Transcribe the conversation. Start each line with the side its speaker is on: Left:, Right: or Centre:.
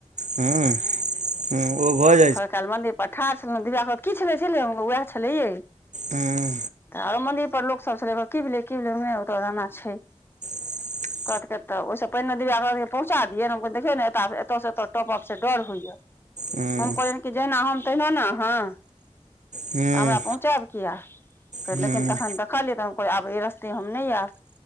Right: हूँ। हु ओ भऽ जैत।
Left: थोड़ेकाल मन्दिर पर ठाढ़ छलहुँ दिबिया कहलक की छलै छलै उएह छलै यै।
Right: हूँ
Left: तऽ आरो मंन्दिर पर लोकसभ छलै कहलक की भेलै की भेलै नहि ओतऽ एना-एना छै।
Right: <inaudible>
Left: कहथ कतऽ ओहि सऽ पहिने दिव्या कहलकै पहुँचा दियौ हम कहलियै देखियौ ने एत से एत टपब से डर होइये।
Right: हूँ
Left: हम कहलियनि कि जहिना हम तहिना ने अहाँ
Right: हूँ
Left: तऽ हमरा पहुँचायब किया। फेर
Right: हूँ
Left: लेकिन जखन देखलियै तऽ हम कहलियै आब ई रस्ते हम नै एब।